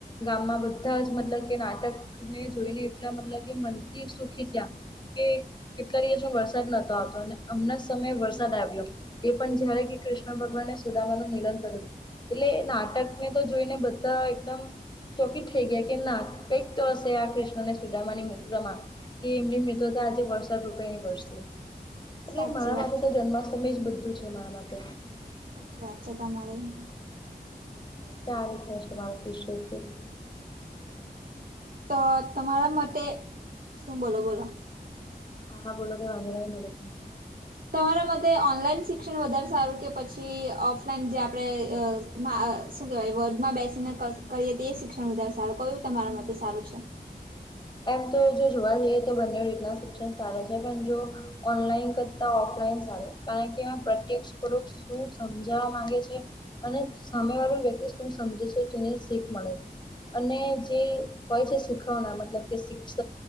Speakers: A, on the left (about 25°); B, on the right (about 60°).
A: ગામમાં બધા જ મતલબ કે નાટકને જોઈને, એટલા મતલબ કે મનથી સુખી થયા. કે કેટલા દિવસથી વરસાદ નતો આવતો હતો અને અમણાં સમયે વરસાદ આવ્યો‌. એ પણ જાણે કે કૃષ્ણ ભગવાનને સુદામાનું મિલન થતું. એટલે નાટક ને તો જોઈને બધા એકદમ ચોકી થઈ ગયા કે ના કંઈક તો હશે, આ કૃષ્ણ અને સુદામાની મિત્રમાં કે એમની મિત્રતા આજે વરસાદ રૂપે વરસે. એટલે
B: સાચી
A: મારા
B: વાત
A: માટે
B: છે
A: તો જન્માષ્ટમી જ બધું છે, મારા માટે‌
B: સાચું તમારું
A: <inaudible>
B: તો તમારા માટે શું બોલો બોલો
A: હા, બોલો બોલો સંભળાય છે,
B: તમારા મતે ઓનલાઈન શિક્ષણ વધારે સારું કે પછી ઓફલાઈન જે આપણે, શું કેવાય વર્ગમાં બેસીને કરીએ, તે શિક્ષણ વધારે સારું કયું તમારા મતે સારું છે.
A: એમ તો જો જોવા જઈએ, તો બંને રીતના શિક્ષણ સારા છે પણ જો. ઓનલાઈન કરતા ઓફલાઈન સારું કારણ કે એમાં પ્રત્યક્ષ પડો, શું સમજાવા માંગે છે, અને સામે વાળું વ્યક્તિ ત સમજે છે ત શીખ મળે છે, અને જે હોય છે, શીખવનાર મતલબ કે શિક્ષક